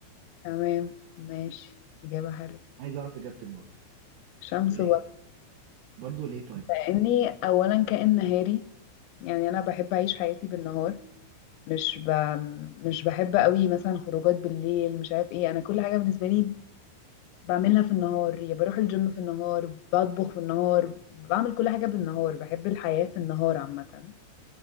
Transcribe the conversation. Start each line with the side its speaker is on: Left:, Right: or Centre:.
Left: تمام ماشي اجابة حلوة
Right: عايز اعرف اجابتك برضه
Left: شمس
Right: وليه
Left: ولا
Right: برضه ليه طيب
Left: لاني اولا كائن نهاري يعني انا بحب اعيش حياتي بالنهار مش ب... مش بحب قوي مثلا خروجات بالليل مش عارف ايه انا كل حاجة بالنسبة لي بعملها في النهار يا بروح الجيم في النهار بطبخ في النهار بعمل كل حاجة بالنهار بحب الحياة في النهار عامة